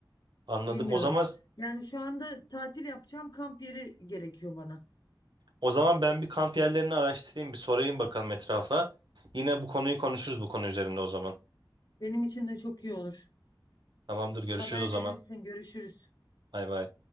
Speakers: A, on the right; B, on the left.
A: Anladım.
B: Bilmiyorum.
A: O zaman
B: Yani şu anda tatil yapacağım kamp yeri gerekiyor bana.
A: O zaman ben bir kamp yerlerini araştırayım, bir sorayım bakalım etrafa. Yine bu konuyu konuşuruz bu konu üzerinde o zaman.
B: Benim için de çok iyi olur.
A: Tamamdır, görüşürüz
B: Haber
A: o zaman.
B: verirsin, görüşürüz.
A: Bay bay.